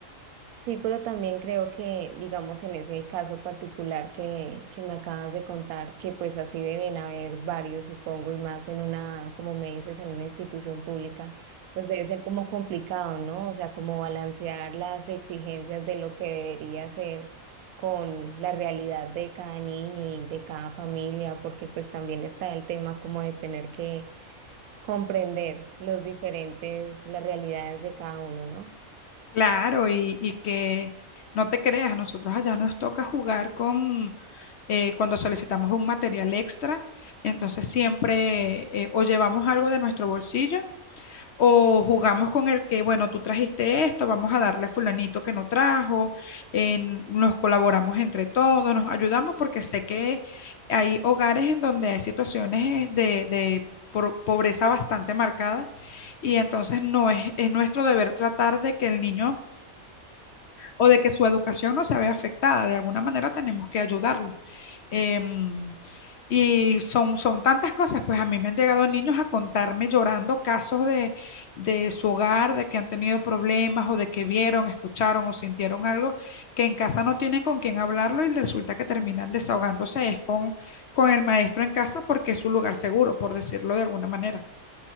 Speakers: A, on the right (about 80°); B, on the left (about 60°).
A: Sí, pero también creo que, digamos, en ese caso particular que, que me acabas de contar, que pues así deben haber varios, supongo, y más en una, como me dices, en una institución pública, pues debe ser como complicado, ¿no? O sea, como balancear las exigencias de lo que debería ser con la realidad de cada niño y de cada familia, porque pues también está el tema como de tener que comprender los diferentes, las realidades de cada uno, ¿no?
B: Claro, y, y que no te creas, nosotros allá nos toca jugar con eh, cuando solicitamos un material extra, entonces siempre eh, o llevamos algo de nuestro bolsillo O jugamos con el que, bueno, tú trajiste esto, vamos a darle a fulanito que no trajo, en- nos colaboramos entre todos, nos ayudamos porque sé que hay hogares en donde hay situaciones de, de pro- pobreza bastante marcada y entonces no es, es nuestro deber tratar de que el niño o de que su educación no se vea afectada. De alguna manera tenemos que ayudarlo. Em, y son, son tantas cosas, pues a mí me han llegado niños a contarme llorando casos de, de su hogar, de que han tenido problemas o de que vieron, escucharon o sintieron algo que en casa no tienen con quién hablarlo y resulta que terminan desahogándose es con, con el maestro en casa porque es su lugar seguro, por decirlo de alguna manera.